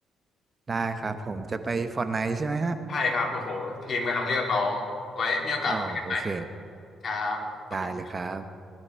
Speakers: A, on the right; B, on the left.
A: ได้ครับผมจะไป Fortnite ใช่ไหมฮะ
B: ใช่ครับ โอ้โหทีมกำลังเรียกร้องไว้มีโอกาสคุยกันใหม่
A: อ๋อโอเค
B: ครับขอบคุณ
A: ได้เลยครับ